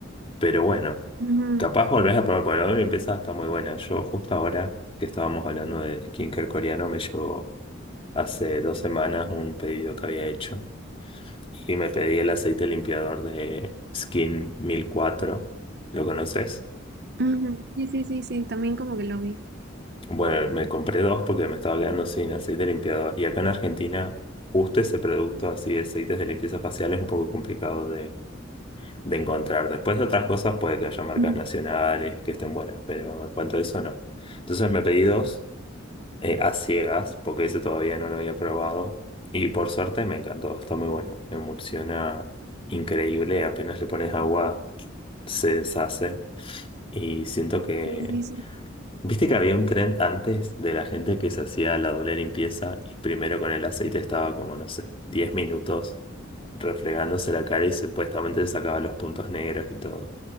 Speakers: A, on the left; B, on the right.
A: Pero bueno,
B: Ujú,
A: capaz volvés a probar, por ahora y empieza está muy buena. Yo justo ahora que estábamos hablando de skincare coreano, me llegó hace dos semanas un pedido que había hecho y me pedí el aceite limpiador de Skin mil cuatro, ¿Lo conoces?
B: ujú, Sí, sí, sí, sí, también como que lo vi.
A: Bueno, me compré dos porque me estaba quedando sin aceite limpiador. Y acá en Argentina, justo ese producto así de aceites de limpieza facial es un poco complicado de, de encontrar. Después de otras cosas puede que haya marcas
B: Ujú,
A: nacionales que estén buenas, pero en cuanto a eso no. Entonces me pedí dos eh, a ciegas porque ese todavía no lo había probado. Y por suerte me encantó, está muy bueno. Emulsiona increíble, apenas le pones agua se deshace. Y siento que
B: Sí, sí, sí.
A: Viste que había un trend antes de la gente que se hacía la doble limpieza y primero con el aceite estaba como, no sé, 10 minutos refregándose la cara y supuestamente se sacaba los puntos negros y todo.